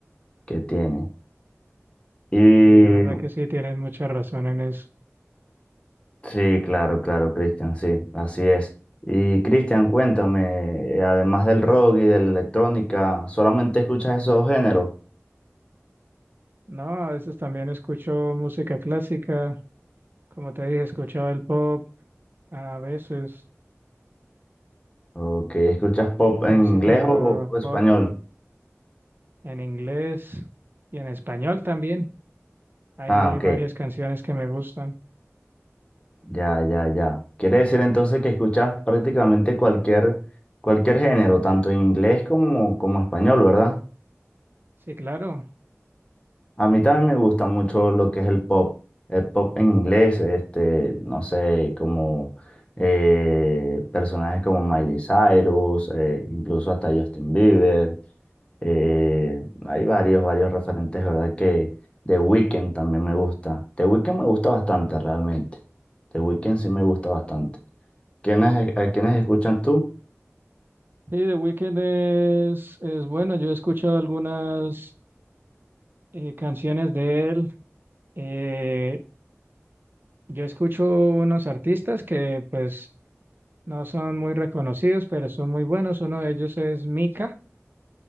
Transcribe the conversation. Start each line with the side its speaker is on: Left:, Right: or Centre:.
Left: que tienes. Y
Right: Y la verdad que sí, tienen mucha razón en eso.
Left: Sí, claro, claro, Cristian, sí, así es. Y Cristian, cuéntame, eh, además del rock y de la electrónica, ¿solamente escuchas esos géneros?
Right: No, a veces también escucho música clásica. Como te dije, escuchaba el pop, a veces
Left: ¿O que escuchas pop
Right: música
Left: en inglés o, o
Right: folk
Left: español?
Right: en inglés y en español también. Hay
Left: Ah, ok,
Right: varias canciones que me gustan.
Left: ya, ya, ya. Quiere decir entonces que escuchas prácticamente cualquier, cualquier género, tanto en inglés como, como español, ¿verdad?
Right: Sí, claro.
Left: A mí también me gusta mucho lo que es el pop, el pop en inglés, este, no sé, como eh, personajes como Miley Cyrus, eh, incluso hasta Justin Bieber. eh, hay varios, varios referentes, ¿verdad? Que The Weeknd también me gusta. The Weeknd me gusta bastante, realmente. The Weeknd sí me gusta bastante. ¿Quiénes, a quiénes escuchas tú?
Right: Sí, The Weeknd es, es bueno. Yo he escuchado algunas eh, canciones de él. Eh, yo escucho unos artistas que pues No son muy reconocidos, pero son muy buenos. Uno de ellos es Mika,